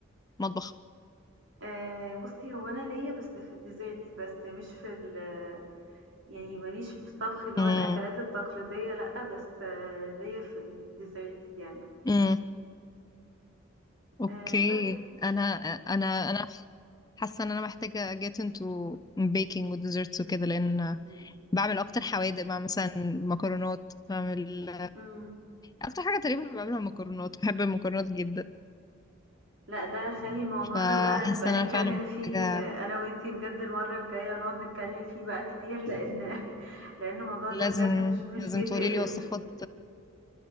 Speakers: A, on the left (about 20°); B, on the right (about 65°).
A: المطبخ
B: آآ <laughs> بُصّي، هو أنا ليّا بس في الDesserts بس، مش في ال <laughs> يعني ما ليش في الطبخ اللي هو
A: امم
B: الأكلات التقليدية لأ، بس آه ليّا في الDesserts يعني.
A: امم اوكي
B: آآ بس.
A: انا انا انا حاسه ان انا محتاجه get into baking و desserts وكده لان
B: إمم.
A: بعمل اكتر حوادق بقى مثلا مكرونات بعمل
B: إمم.
A: اكتر حاجه تقريبا بعملها مكرونات بحب المكرونات جدا
B: لأ، ده خلّي الموضوع
A: فحاسه
B: ده بقى نبقى نتكلّم
A: ان انا فعلا
B: فيه
A: حاجه
B: آه، أنا وأنتِ بجد المرّة الجاية نقعد نتكلّم فيه بقى كتير، لإن <laughs> لإن الموضوع
A: لازم
B: ده بجد مش مش
A: لازم
B: بيتقفل.
A: تقولي لي وصفات